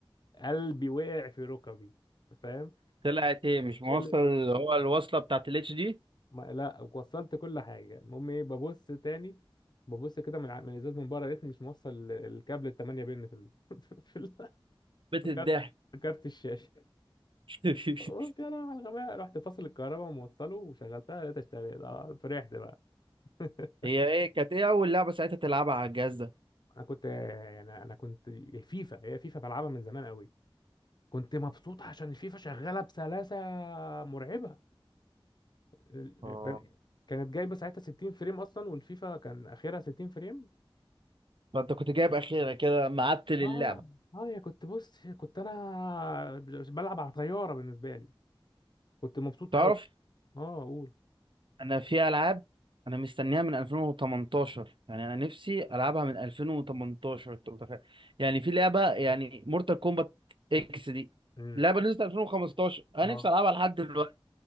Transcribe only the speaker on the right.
طلعت ايه مش موصل
اللي هو الوصله بتاعت الاتش دي
بيت
الضحك
<laughs>
هي ايه كانت ايه اول لعبه ساعتها تلعبها على الجهاز ده
اه
فانت كنت جايب اخيرا كده معدل
اللعبه
تعرف
انا في العاب انا مستنيها من 2018 يعني انا نفسي العبها من 2018 انت متخيل يعني في لعبه يعني مورتال كومبات اكس دي
لعبه نزلت 2015 انا
نفسي العبها لحد دلوقتي